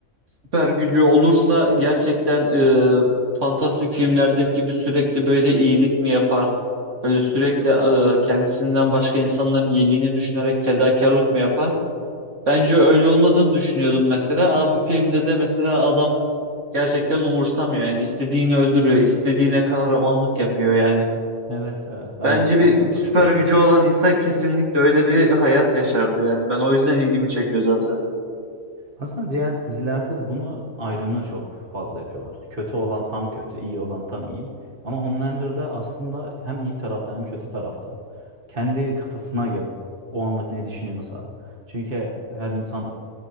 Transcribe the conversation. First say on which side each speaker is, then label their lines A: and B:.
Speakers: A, on the right; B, on the right.
A: süper gücü olursa gerçekten e, fantastik filmlerdeki gibi sürekli böyle iyilik mi yapar? Böyle sürekli e, kendisinden başka insanların iyiliğini düşünerek fedakarlık mı yapar? Bence öyle olmadığını düşünüyordum mesela. Aa, bu filmde de mesela adam gerçekten umursamıyor. Yani istediğini öldürüyor, istediğine kahramanlık yapıyor yani.
B: Evet, evet ben
A: Bence
B: de bu konuda
A: bir, bir
B: katılıyorum.
A: süper gücü olan insan kesinlikle öyle bir hayat yaşardı yani. Ben o yüzden ilgimi çekiyor zaten.
B: Aslında diğer dizilerde de bunu ayrımını çok fazla yapıyorlar. Kötü olan tam kötü, iyi olan tam iyi. Ama Homelander'da aslında hem iyi tarafta hem kötü tarafta. Kendi kafasına göre o anlık ne düşünüyorsa. Çünkü her insan